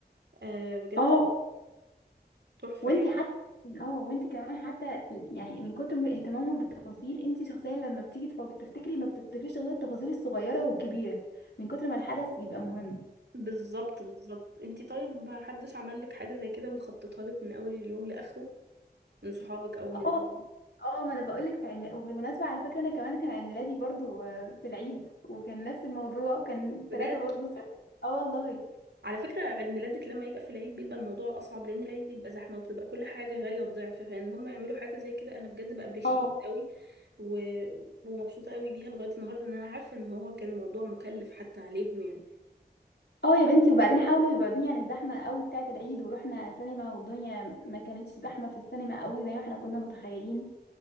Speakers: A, on the right (about 85°); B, on the left (about 75°).
A: آه بجد
B: اه
A: تحفه
B: وانت
A: يعني
B: حتى اه وانت كمان حتى يعني من كتر من اهتمامهم بالتفاصيل انت شخصيا لما بتيجي تف- تفتكري ما بتفتكريش غير التفاصيل الصغيرة والكبيرة من كتر ما الحدث بيبقى مهم
A: بالظبط بالظبط انتي طيب ما حدش عمل لك حاجه زي كده مخططها لك من اول اليوم لاخره من صحابك او من
B: اه اه ما انا بقولك في علم وبالمناسبة على فكرة انا كمان كان عيد ميلادي برضو آه، في العيد وكان نفس الموضوع وكان
A: بجد
B: ثلاثة برضو صح اه والله
A: على فكرة عيد ميلادك لما يبقى في العيد بيبقى الموضوع أصعب لأن العيد بيبقى زحمة وبتبقى كل حاجة غالية الضعف فإن هم يعملوا حاجة زي كده أنا بجد بأبريشيت
B: اه
A: قوي و... ومبسوطة قوي بيها لغاية النهاردة إن أنا عارفة إن هو كان موضوع مكلف حتى عليهم يعني
B: اه يا بنتي وبعدين حاولوا يبعدوني عن الزحمة قوي بتاعة العيد ورحنا سينما والدنيا ما كانتش زحمة في السينما قوي زي ما احنا كنا متخيلين